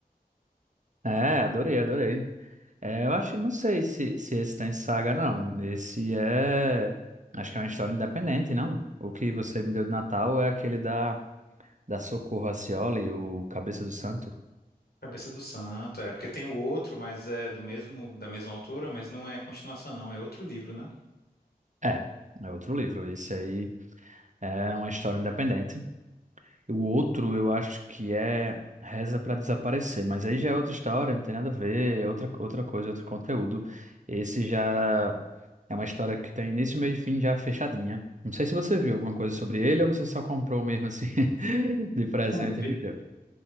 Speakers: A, on the right (about 50°); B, on the left (about 75°).
A: É, adorei, adorei. É, eu acho, não sei se, se esse tem saga, não. Esse é, acho que é uma história independente, não? O que você me deu de Natal é aquele da, da Socorro Acioli, o Cabeça do Santo.
B: Cabeça do Santo, é. Porque tem o outro, mas é do mesmo, da mesma autora, mas não é continuação, não. É outro livro, né?
A: É, é outro livro. Esse aí é uma história independente. O outro eu acho que é Reza para Desaparecer, mas aí já é outra história, não tem nada a ver, é outra, outra coisa, outro conteúdo. Esse já é uma história que tem início, meio e fim já fechadinha. Não sei se você viu alguma coisa sobre ele ou você só comprou mesmo assim <laughs> de presente
B: É, eu vi.
A: e me deu.